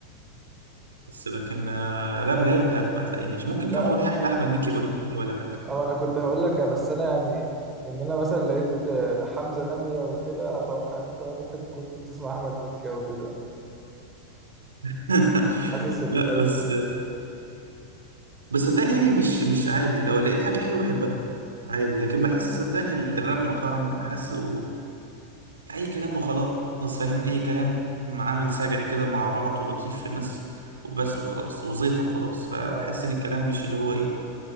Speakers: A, on the right; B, on the right.
A: بس لكن آه، راب راب لا ما تلاقينيش ممكن
B: آه.
A: كام اغنيه لاحمد مكي قدامي ولا حاجه
B: أو أنا كنت هقول لك بس أنا يعني إن أنا مثلا لقيت آه، حمزة نمرة وكده أتوقع إن أنت ممكن تكون تسمع أحمد مكي أو كده
A: <laughs>
B: حاسس التايب
A: لا بس
B: ده
A: بس صدقني يعني مش مش عادي لو لقيت حاجه حلوه بحبها عادي لكن بحس صدقني الراب مؤخرا حاسه اي كلام وخلاص فاهم اي كلام عامل سجع كده مع بعض ولطيف في الناس وبس وخلاص وزيطه وخلاص فبحس
B: ما
A: ان الكلام مش اللي هو ايه